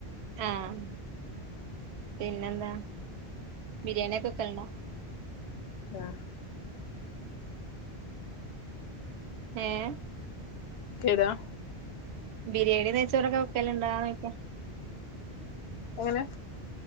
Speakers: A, on the right (about 80°); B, on the left (about 75°).
A: ആഹ് പിന്നെന്താ ബിരിയാണി ഒക്കെ വെക്കല്ണ്ടോ
B: ആഹ്
A: ഏഹ്
B: ഏതാ
A: ബിരിയാണിം ന്നെയ്യ്ച്ചോറോക്കെ വെക്കല്ണ്ടോന്നോയ്ക്കാ
B: എങ്ങന